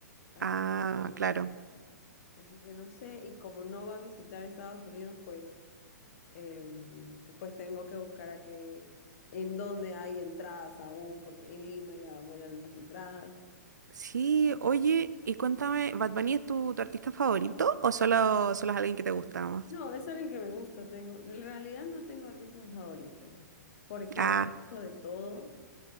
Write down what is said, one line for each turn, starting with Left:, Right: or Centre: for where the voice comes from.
Left: así
Right: Ah,
Left: que,
Right: claro.
Left: así que no sé, y como no va a visitar Estados Unidos, pues, em, pues tengo que buscar a que, en dónde hay entradas aún, porque en Lima ya volaron las entradas.
Right: Sí, oye, y cuéntame, ¿Bad Bunny es tu, tu artista favorito o solo, solo es alguien que te gusta nomás?
Left: No, es alguien que me gusta. Tengo, en realidad no tengo artistas favoritos, porque
Right: Ah,
Left: escucho de todo.